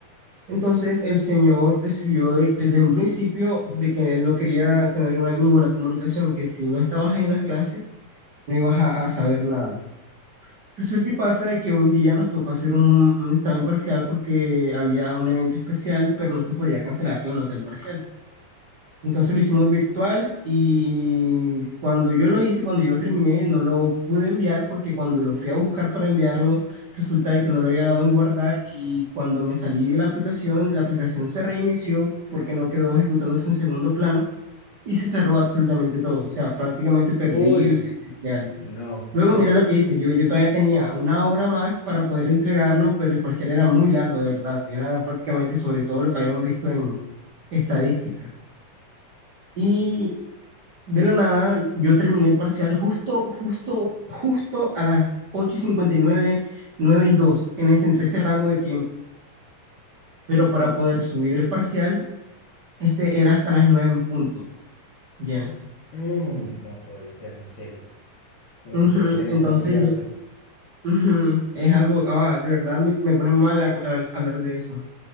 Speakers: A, on the right; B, on the left.
A: Entonces, el señor decidió de- desde un principio de que él no quería tener una- ninguna comunicación, que si no estabas en las clases, no ibas a a saber nada. Resulta y pasa de que un día nos tocó hacer un, un examen parcial porque había un evento especial, pero no se podía cancelar la nota del parcial. Entonces lo hicimos virtual y cuando yo lo hice, cuando yo lo terminé, no lo pude enviar porque cuando lo fui a buscar para enviarlo, resulta de que no lo había dado en guardar y cuando me salí de la aplicación, la aplicación se reinició porque no quedó ejecutándose en segundo plano y se cerró absolutamente todo. O sea, prácticamente perdí
B: uy,
A: el el parcial.
B: no,
A: Luego
B: uy,
A: mira
B: no.
A: lo que hice, yo, yo todavía tenía una hora más para poder entregarlo, pero el parcial era muy largo, de verdad. Era prácticamente sobre todo lo que habíamos visto en estadística. Y de la nada, yo terminé el parcial justo, justo, justo a las ocho y cincuenta y nueve nueve y dos en ese, entre ese rango de tiempo. Pero para poder subir el parcial, este era hasta las 9 en punto, ya.
B: Mm, no puede ser, en serio. No
A: Ujú,
B: puede ser esto
A: Entonces
B: cierto.
A: yo, ujú, es algo, ah, de verdad me, me pone mal a- a- hablar de eso.